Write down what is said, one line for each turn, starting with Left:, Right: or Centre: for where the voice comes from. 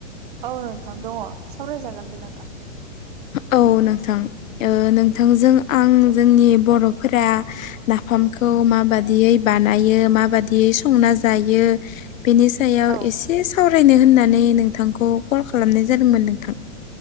Right: औ नोंथां दङो सावराय जागोन दे नोंथां।
Left: औ नोंथां ओ नोंथांजों आं जोंनि बर'फोरा नाफामखौ माबादियै बानायो माबादियै संना जायो। बेनि सायाव
Right: औ
Left: एसे सावरायनो होननानै नोंथांखौ कल खालामनाय जादोंमोन नोंथां।